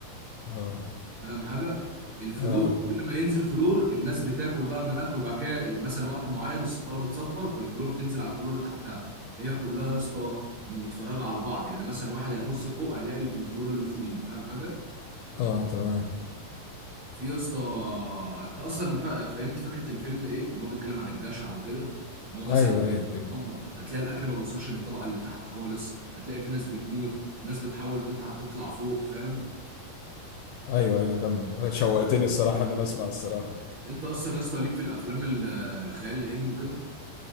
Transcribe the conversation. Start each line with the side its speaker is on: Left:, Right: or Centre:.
Left: اه
Right: فاهم حاجه الفلور
Left: اه
Right: كل ما ينزل فلور الناس بتاكل بقى من الاكل وبعد كده مثلا وقت معين السفاره بتصفر فالفلور تنزل على الفلور اللي تحتها هي كلها يا اسطى متفرجه على بعض يعني مثلا واحد هيبص فوق هيلاقي اللي في الفلور اللي فوقيه فاهم حاجه
Left: اه تمام
Right: في يا اسطى انت اصلا فا- فهمت فكره الفيلم ايه ان هو بيتكلم عن الجشع وكده ان هو مثلا
Left: ايوه ايوه
Right: آه، هتلاقي الاكل ما بيوصلش للطبقه اللي تحت خالص هتلاقي في ناس بتموت ناس بتحاول تطلع تطلع فوق فاهم
Left: ايوه ايوه كمل شوقتني الصراحه ان انا اسمع الصراحه
Right: انت اصلا يا اسطى ليك في الافلام ال- الخيال العلمي وكده